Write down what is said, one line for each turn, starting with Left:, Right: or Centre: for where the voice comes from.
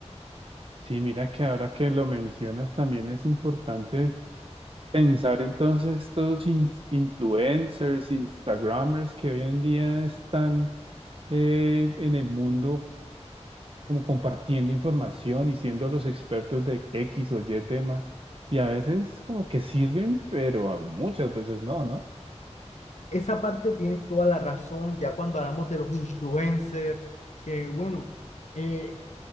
Right: Sí, mira que ahora que lo mencionas también es importante pensar entonces estos in- influencers, Instagramers que hoy en día están eh, en el mundo como compartiendo información y siendo los expertos de X o Y tema y a veces como que sirven, pero a muchas veces no, ¿no?
Left: Esa parte tienes toda la razón, ya cuando hablamos de los influencers, que bueno, eh,